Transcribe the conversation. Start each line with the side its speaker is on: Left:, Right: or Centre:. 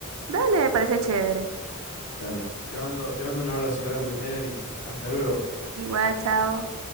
Right: Dale, me parece chévere.
Left: Dale, te mando, te mando un abrazo grande, Melanie. Hasta luego.
Right: Igual, chao.